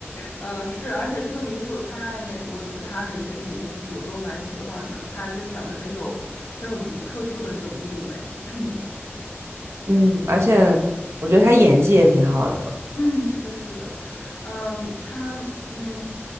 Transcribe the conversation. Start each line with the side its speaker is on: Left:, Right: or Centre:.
Left: 嗯，是，而且这个女主她演过其他的一些电影电视剧，我都蛮喜欢的。她就是长得很有很有独特殊的这种韵味。<clears throat>
Right: 嗯，而且我觉得他演技也挺好的，
Left: 嗯嗯，是的，是的，嗯，她嗯，